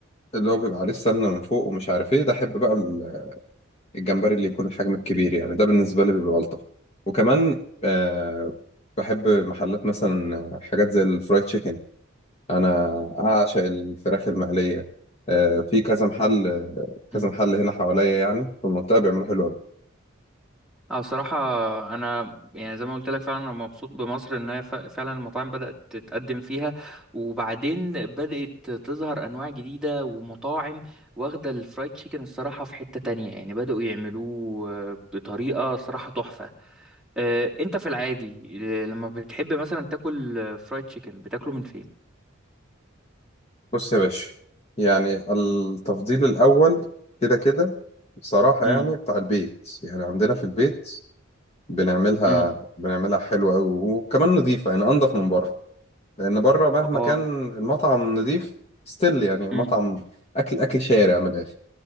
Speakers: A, on the left; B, in the centre.
A: اللي هو بيبقى عليه السمنه من فوق ومش عارف ايه ده احب بقى ال- الجمبري اللي يكون الحجم الكبير يعني ده بالنسبه لي بيبقى الطف وكمان آه بحب محلات مثلا حاجات زي الفرايد تشيكن انا اعشق الفراخ المقليه آه في كذا محل كذا
B: امم
A: محل هنا حواليا يعني في المنطقه بيعملوا حلو قوي
B: اه صراحة أنا يعني زي ما قلت لك فعلا أنا مبسوط بمصر إن هي ف- فعلا المطاعم بدأت تتقدم فيها وبعدين بدأت تظهر أنواع جديدة ومطاعم واخدة الفرايد تشيكن الصراحة في حتة تانية يعني بدأوا يعملوه آه، بطريقة صراحة تحفة آه، أنت في العادي آه، لما بتحب مثلا تاكل آه، فرايد تشيكن بتاكله من فين؟
A: بص يا باشا يعني التفضيل الأول كده كده بصراحة
B: امم
A: يعني بتاع البيت يعني عندنا في البيت بنعملها
B: امم
A: بنعملها حلوة أوي وكمان نضيفة يعني أنضف من بره لأن بره مهما
B: اه
A: كان المطعم نضيف ستيل يعني مطعم
B: امم
A: أكل أكل شارع من الآخر